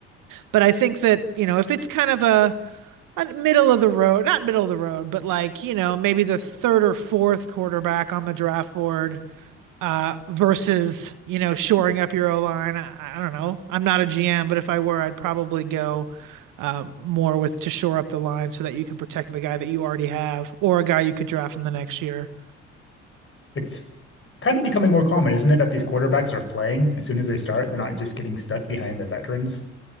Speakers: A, on the right (about 65°); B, on the left (about 40°).
A: But I think that you know if it's kind of a, a middle of the road, not middle of the road, but like you know maybe the third or fourth quarterback on the draft board uh, versus, you know, shoring up your O line. I, I don't know. I'm not a GM, but if I were, I'd probably go uh, more with to shore up the line so that you can protect the guy that you already have or a guy you could draft in the next year.
B: It's kind of becoming more common, isn't it, that these quarterbacks are playing as soon as they start? They're not just getting stuck behind the veterans